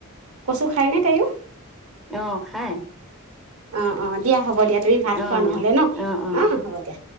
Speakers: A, on the right; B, in the centre.
A: কচু খায়নে তায়ো?
B: অ' খাই।
A: অ', অ', দিয়া হ'ব দিয়া। তুমি ভাত
B: অঁ
A: খোৱা
B: দিয়ক
A: নহ'লে ন'!
B: অঁ অঁ
A: অ' হ'ব দিয়া।